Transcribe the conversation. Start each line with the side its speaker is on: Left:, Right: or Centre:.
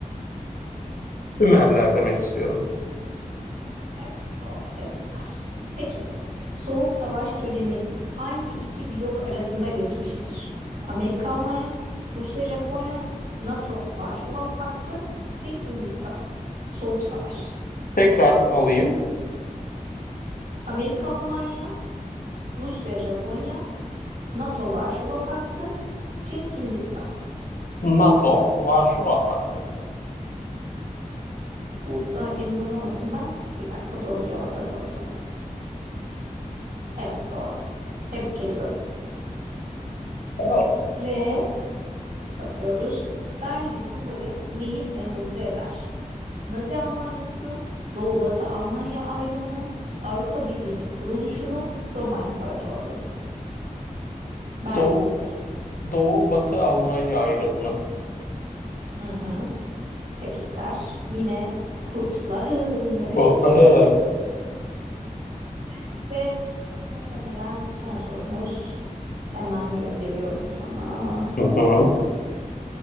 Left: Ümerler demek istiyorum.
Right: Evet, doğru. Tebrikler. Peki, Soğuk Savaş dönemi hangi iki blok arasında geçmiştir? Amerika Almanya, Rusya Japonya, NATO Varşova Paktı, Çin Hindistan. Soğuk Savaş.
Left: Tekrar alayım.
Right: Amerika Almanya, Rusya Japonya, NATO Varşova Paktı, Çin Hindistan.
Left: NATO, Varşova Paktı.
Right: Burada emin olamadım ben. Bir dakika doğru cevaplara bakacağım. Evet doğru. Tebrik ediyorum.
Left: Wow.
Right: Ve bakıyoruz. Berlin Duvarı neyi sembolize eder? Nazi Almanyası'nı, Doğu-Batı Almanya ayrımını, Avrupa Birliği'nin kuruluşunu, Roma İmparatorluğunu, Berlin
Left: Doğu
Right: Duvarı.
Left: Doğu Batı Almanya ayrımını.
Right: Hı hı. Tebrikler. Yine kutlarım demek
Left: Kodları.
Right: istiyorum. <laughs> Ve muhtemelen son sorumuz. Hemen gönderiyorum sana.
Left: Hı hı.